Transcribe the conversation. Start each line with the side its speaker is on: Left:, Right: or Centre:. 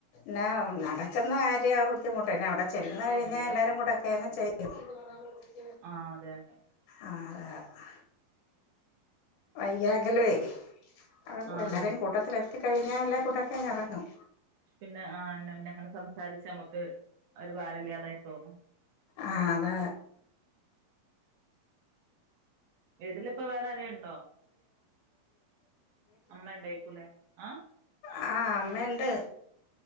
Left: ന്നെ നടക്ക്ന്ന കാര്യാ ബുദ്ധിമുട്ട്. പിന്നെ അവിടെ ചെന്ന് കഴിഞ്ഞാ എല്ലാരും കൂടെ ഒക്കെ അങ്ങ് ചെയ്യും. ആ
Right: ആഹ് അതെയതെ.
Left: ആഹ് <unintelligible> വൈകാകിലുവേ, അഹ്
Right: ആഹ്
Left: എല്ലാരേം
Right: അതെ
Left: കൂട്ടത്തിലെത്തിക്കഴിഞ്ഞാ എല്ലാ കൂടൊക്കെ എറങ്ങും.
Right: പിന്നെ ആഹ് എന്നാ പിന്നെ അങ്ങനെ സംസാരിച്ച് നമ്മുക്ക് ഒരു ഭാരല്ലാതായി തോന്നും.
Left: ആഹ് അതാ
Right: വീട്ടിലിപ്പ വേറെ ആരേലും ഉണ്ടോ അമ്മ ഇണ്ടേക്കുലെ. ആഹ്?
Left: ആഹ് അമ്മയ്ണ്ട്.